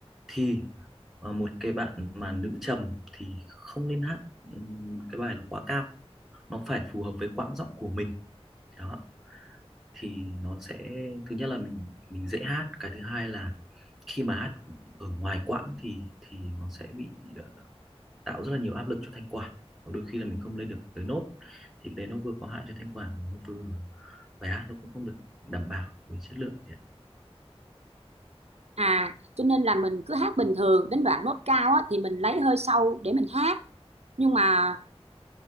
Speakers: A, in the centre; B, on the right (about 75°).
A: thì ờ, một cái bạn mà nữ trầm thì không nên hát ừm, cái bài nó quá cao nó phải phù hợp với quãng giọng của mình đó thì nó sẽ thứ nhất là mình mình dễ hát cái thứ hai là khi mà hát ở ngoài quãng thì thì nó sẽ bị ờ, tạo rất là nhiều áp lực cho thanh quản và đôi khi là mình không lên được tới nốt thì cái đấy nó vừa có hại cho thanh quản nó vừa bài hát nó cũng không được đảm bảo về chất lượng chị ạ.
B: À, cho nên là mình cứ hát bình thường đến đoạn nốt cao á, thì mình lấy hơi sâu để mình hát. Nhưng mà